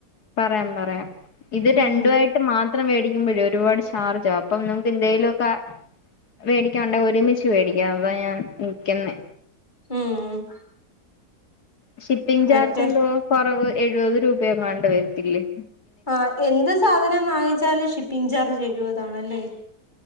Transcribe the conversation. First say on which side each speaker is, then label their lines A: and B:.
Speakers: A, on the left; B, on the left.
A: പറയാം പറയാം ഇത്
B: ഉം
A: രണ്ടും ആയിട്ട് മാ ത്രം മേടിക്കുമ്പഴേ ഒരുപാട് ചാർജ്ജ് ആകും അപ്പം നമുക്ക് എന്തേലുവൊക്കെ വേടിക്കാൻ ഉണ്ടേൽ ഒരുമിച്ച് വേടിക്കാം അതാ ഞാൻ നിക്കുന്നേ
B: ഉം
A: ഷിപ്പിംഗ് ചാർജ്
B: മറ്റേ
A: എന്തോ കൊറവ് എഴുപത് രൂപയോങ്ങാണ്ട് വരുത്തില്ലേ
B: ആ എന്ത് സാധനം വാങ്ങിച്ചാലും ഷിപ്പിംഗ് ചാർജ് എഴുപതാണല്ലേ